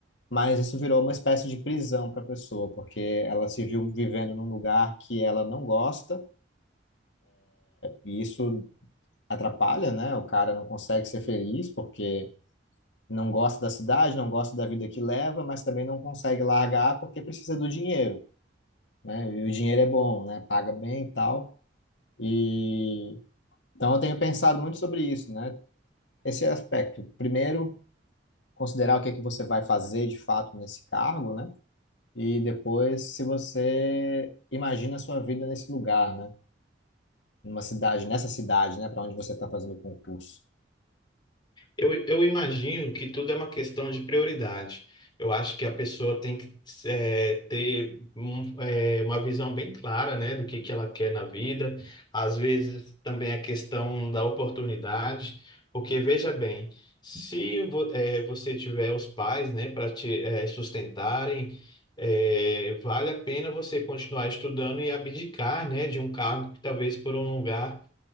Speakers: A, on the left; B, on the left.
A: mas isso virou uma espécie de prisão para a pessoa, porque ela se viu vivendo num lugar que ela não gosta, e isso atrapalha, né? O cara não consegue ser feliz porque não gosta da cidade, não gosta da vida que leva, mas também não consegue largar porque precisa do dinheiro. né? E o dinheiro é bom, né? Paga bem e tal. E então eu tenho pensado muito sobre isso, né? Esse aspecto. Primeiro, considerar o que é que você vai fazer de fato nesse cargo, né? E depois, se você imagina a sua vida nesse lugar, né? Numa cidade, nessa cidade, né? Para onde você está fazendo o concurso.
B: Eu, eu imagino que tudo é uma questão de prioridade. Eu acho que a pessoa tem que eh, ter um, eh, uma visão bem clara, né, do que que ela quer na vida. Às vezes também a questão da oportunidade, porque veja bem, se vo- eh, você tiver os pais, né, para te eh, sustentarem, eh, vale a pena você continuar estudando e abdicar, né, de um cargo que talvez por um lugar